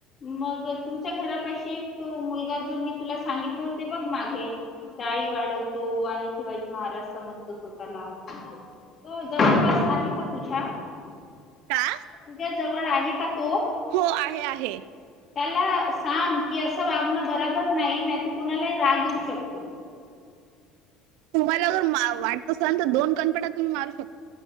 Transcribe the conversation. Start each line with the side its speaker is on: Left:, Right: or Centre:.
Left: मग तुमच्या घरापाशी एक तो मुलगा जो मी तुला सांगितलं होते बघ मागे डाळी वाढवतो आणि शिवाजी महाराज समोर तो स्वतःला तो जवळपास आहे का तुझ्या
Right: का?
Left: तुझ्या जवळ आहे का तो?
Right: हो आहे आहे.
Left: त्याला सांग की असं वागणं बराबर नाही नाही तर कुणालाही राग येऊ शकतो.
Right: तुम्हाला जर मार वाटत असल तर दोन कानफटात तुम्ही मारू शक.